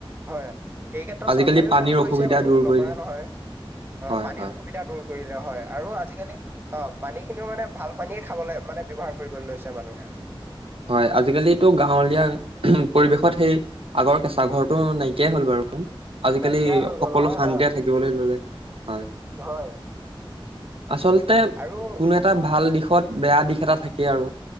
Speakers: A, on the right; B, on the right.
A: হয় সেই ক্ষেত্ৰত
B: আজিকালি
A: চৰকাৰেও
B: পানীৰ
A: কাম কৰিছে
B: অসুবিধা
A: বাৰু
B: দূৰ
A: নকৰা
B: কৰিলে
A: নহয় অ
B: হয়
A: পানীৰ
B: হয়
A: অসুবিধা দূৰ কৰিলে হয় আৰু আজিকালি অ পানী খিনিও মানে ভাল পানীয়ে খাবলৈ মানে ব্যৱহাৰ কৰিবলৈ লৈছে মানুহে
B: হয় আজিকালিতো গাঁৱলীয়া পৰিৱেশত সেই আগৰ কেঁচা ঘৰটো নাইকিয়াই হ'ল বাৰু আজিকালি
A: নাইকিয়া হৈ
B: সকলো
A: গ'ল হয়
B: শান্তিয়ে
A: হয়
B: থাকিবলৈ ললে হয়
A: হয়
B: আচলতে
A: আৰু
B: কোনো এটা ভাল দিশত বেয়া দিশ এটা থাকে আৰু